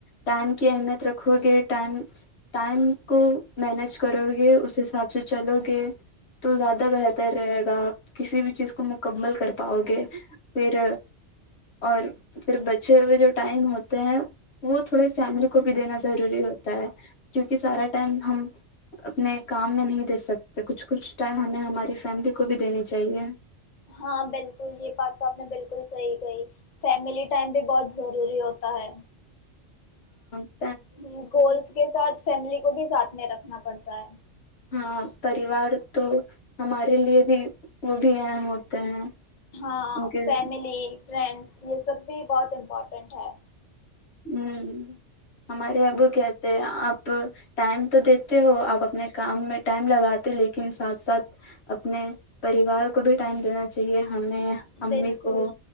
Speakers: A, on the left; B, on the left.
A: ٹائم کی اہمیت رکھو گے ٹائم ٹائم کو مینیج کرو گے اس حساب سے چلو گے تو زیادہ بہتر رہے گا کسی بھی چیز کو مکمل کر پاؤ گے پھر اور پھر بچے ہوئے جو ٹائم ہوتے ہیں وہ تھوڑے فیملی کو بھی دینا ضروری ہوتا ہے کیونکہ سارا ٹائم ہم اپنے کام میں نہیں دے سکتے کچھ کچھ ٹائم ہمیں ہماری فیملی کو بھی دینی چاہیے
B: ہاں بالکل یہ بات تو آپ نے بالکل صحیح کہی فیملی ٹائم بھی بہت ضروری ہوتا ہے
A: اں
B: ہوں گولس کے ساتھ فیملی کو بھی ساتھ میں رکھنا پڑتا ہے
A: ہاں پریوار تو ہمارے لیے بھی وہ بھی اہم ہوتے ہیں
B: ہاں
A: ان کے
B: فیملی فرینڈس یہ سب بھی بہت امپورٹنٹ ہے
A: ہوں ہمارے ابو کہتے آپ ٹائم تو دییتے ہو آپ اپنے کام میں ٹائم لگاتے ہو لیکن ساتھ ساتھ اپنے پریوار کو بھی ٹائم دینا چاہیے ہمیں امی
B: بالکل
A: کو